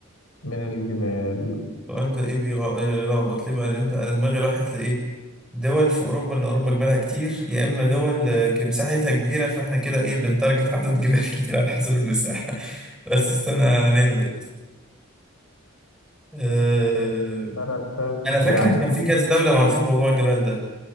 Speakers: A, on the left; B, in the centre.
A: من الجبال
B: السؤال ده إيه بيغ- بيلخبط ليه بقى لأن أنت أنا دماغي راحت لإيه دول في أوروبا لأن أوروبا جبالها كتير يا إما دول آه، ك- مساحتها كبيرة فإحنا كده إيه بنتارجت عدد جبال <laughs> كتير على حسب المساحة <laughs> بس استنى نهبط آه،
A: تلاتة-
B: أنا فاكر
A: يعني
B: كان في كذا دولة معروفين بموضوع الجبال ده